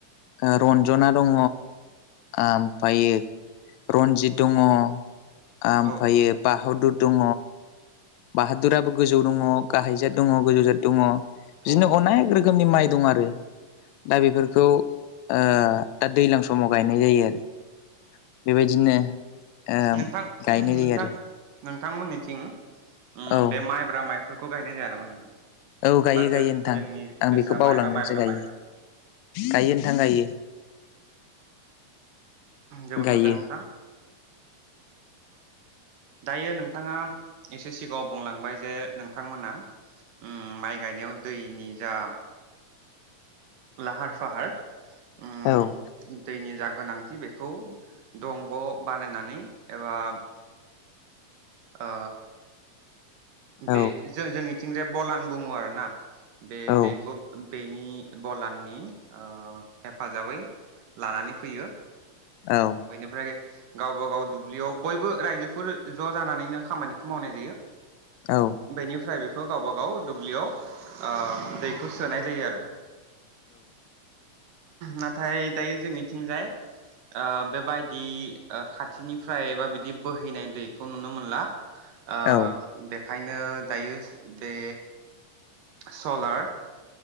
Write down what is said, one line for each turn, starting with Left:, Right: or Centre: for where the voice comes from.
Left: ओ रन्जना दङ आमफायो रन्जित दङ ओमफ्रायो
Right: औ
Left: बाहदुद दङ बाहादुराबो गोजौ दङ गाहायजाथ दङ गोजौ जाथ दङ
Right: औ
Left: बिदिनो
Right: औ
Left: अनेक रोखोमनि माइ दं आरो दा बेफोरखौ ओ दा दैज्लां समाव गायनाय जायो आरो बेबायदिनो ओ
Right: नोंथां
Left: गायनाय जायो
Right: नोंथां
Left: आरो
Right: नोंथांमोननिथिं ओम
Left: औ
Right: बे माइब्रा माइफोरखौ गायनाय जाया नामा नोंथां?
Left: औ गायो
Right: बा जो
Left: गायो नोंथां
Right: जोंनि
Left: आं
Right: जोसा
Left: बेखौ बावलांदोंसो
Right: माइ बा माइब्रा
Left: गायो
Right: माइफोर
Left: गायो नोंथां गायो
Right: जोबोद
Left: गायो
Right: मोजां नोंथां दायो नोंथाङा एसे सिगाङाव बुंलांबाय जे नोंथांमोना उम माइ गायनायाव दैनि जा लाहार फाहार उम
Left: औ
Right: दैनि जा गोनांथि बेखौ दंग' बानायनानै एबा ओ
Left: औ
Right: बे जों जोंनिथिंजाय बलान बुङो आरोना बे
Left: औ
Right: दैखौ बेनि बलाननि ओ हेफाजाबै लानानै फैयो
Left: औ
Right: बेनिफ्राय गावबाागाव दुब्लियाव बयबो रायजोफोर ज' जानानैनो खामानिखौ मावनाय जायो
Left: औ
Right: बेनिफ्राय बे खौ गावब गाव दुब्लियाव ओ दैखौ सोनाय जायो आरो नाथाय दायो जोंनिथिंजाय आ बेबायदि खाथिनिफ्राय एा बिदि बोहैनाय दैखौ नुनो मोनला आ
Left: औ
Right: बेखायनो दायो बे सलार